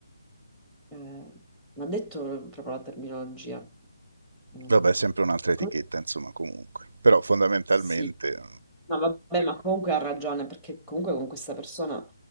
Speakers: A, in the centre; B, on the right.
A: Eh, mi ha detto proprio la terminologia. Mm.
B: Vabbè, sempre un'altra etichetta,
A: Com-
B: insomma, comunque. Però fondamentalmente...
A: Sì, no, vabbè, ma comunque ha ragione perché comunque con questa persona